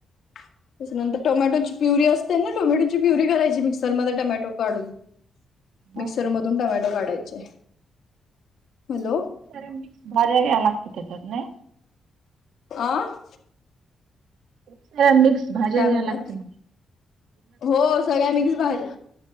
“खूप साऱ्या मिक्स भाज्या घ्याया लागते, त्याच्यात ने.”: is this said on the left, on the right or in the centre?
Right